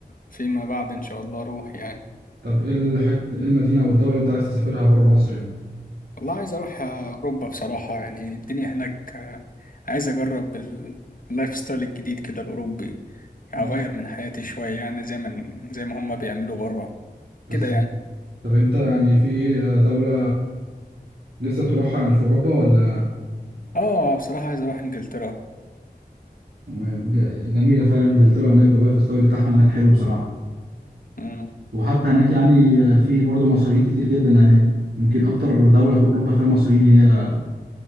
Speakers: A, on the left (about 60°); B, on the right (about 85°).
A: فيما بعد ان شاء الله اروح يعني
B: طب ايه الحت... إيه المدينة او الدولة اللي انت عايز تسافرها بره مصر يعني
A: والله عايز اروح اوروبا بصراحة يعني الدنيا هناك آه، عايز اجرب ال- اللايف ستايل الجديد كده الاوروبي
B: مم.
A: اغير من حياتي شوية يعني زي ما زي ما هما بيعملوا بره
B: بالظبط
A: كده يعني
B: طب انت يعني في دولة نفسك تروحها يعني في اوروبا ولا
A: اه بصراحة عايز اروح انجلترا
B: تمام. ج- جميلة فعلا انجلترا هناك اللايف ستايل بتاعهم هناك حلو بصراحة
A: امم
B: وحتى هناك يعني في برضه مصريين كتير جدا يعني يمكن اكتر دولة في اوروبا فيها مصريين هي